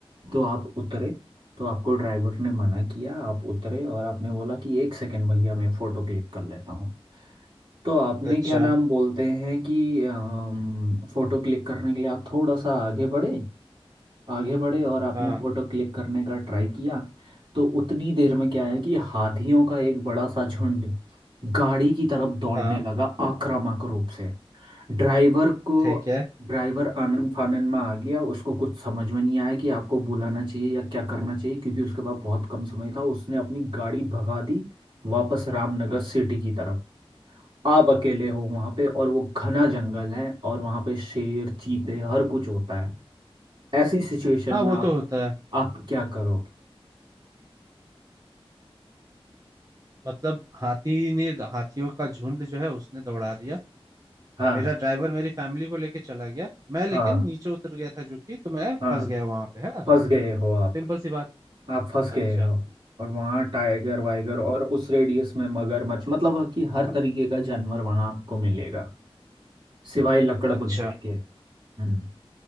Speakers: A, on the right (about 55°); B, on the right (about 35°).
A: तो आप उतरे तो आपको ड्राइवर ने मना किया आप उतरे और आपने बोला कि एक सेकंड भैया मैं फोटो क्लिक कर लेता हूँ तो आपने
B: अच्छा
A: क्या नाम बोलते हैं कि अम, फोटो क्लिक करने के लिए आप थोड़ा सा आगे बढ़े आगे बढ़े और आपने
B: हाँ
A: फोटो क्लिक करने का ट्राई किया तो उतनी देर में क्या
B: हाँ
A: है कि हाथियों का एक बड़ा सा झुंड गाड़ी की तरफ दौड़ने
B: हाँ
A: लगा आक्रामक रूप से ड्राइवर को
B: ठीक है
A: ड्राइवर आनन फानन में आ गया उसको कुछ समझ में नहीं आया कि आपको बुलाना चाहिए या क्या करना चाहिए क्योंकि उसके पास बहुत कम समय था उसने अपनी गाड़ी भगा दी वापस रामनगर सिटी की तरफ आप अकेले हो वहां पे और वो घना जंगल है और वहां पे शेर चीते हर कुछ होता है ऐसी सिचुएशन
B: हाँ
A: में
B: वो
A: आप
B: तो होता है
A: आप क्या करोगे
B: मतलब हाथी ने हाथियों का झुंड जो है उसने दौड़ा दिया
A: हाँ
B: मेरा ड्राइवर मेरी फैमिली को लेके चला गया मैं लेकिन
A: हाँ
B: नीचे उतर गया था जो कि तो मैं
A: हाँ
B: फंस गया वहां पे है ना
A: फंस गए हो आप
B: सिंपल सी बात
A: आप फंस गए
B: अच्छा
A: हो और वहाँ टाइगर वाइगर और उस रेडियस में मगरमच्छ मतलब कि हर तरीके का जानवर वहाँ आपको मिलेगा सिवाय लकड़बग्घे
B: अच्छा
A: के हम्म